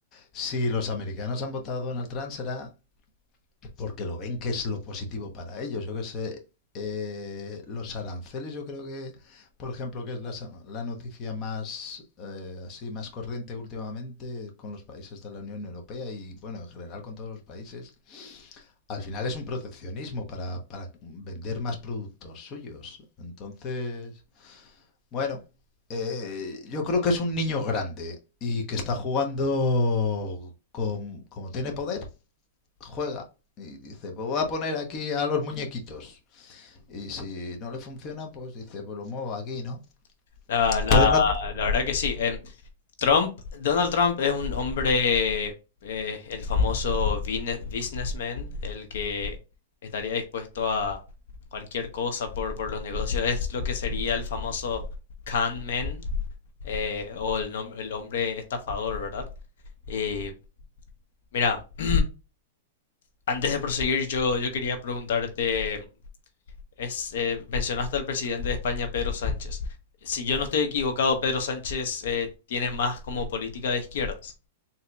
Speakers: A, on the left; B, on the left.
A: si los americanos han votado a Donald Trump será porque lo ven que es lo positivo para ellos. Yo que sé, eh, los aranceles, yo creo que, por ejemplo, que es la, sa- la noticia más eh, así más corriente últimamente con los países de la Unión Europea y bueno, en general con todos los países, al final es un proteccionismo para, para vender más productos suyos. Entonces, bueno, eh, yo creo que es un niño grande y que está jugando con, como tiene poder, juega y dice, pues voy a poner aquí a los muñequitos. Y si no le funciona, pues dice, pues lo muevo aquí, ¿no?
B: La, la-
A: Entonces no...
B: la verdad que sí. em, Trump, Donald Trump es un hombre, eh, el famoso bine- businessman, el que estaría dispuesto a cualquier cosa por, por los negocios. Es lo que sería el famoso con man, eh, o el, nom- el hombre estafador, ¿verdad? Y mira, <clears throat> antes de proseguir, yo, yo quería preguntarte, es, eh, mencionaste al presidente de España, Pedro Sánchez. Si yo no estoy equivocado, Pedro Sánchez eh, tiene más como política de izquierdas.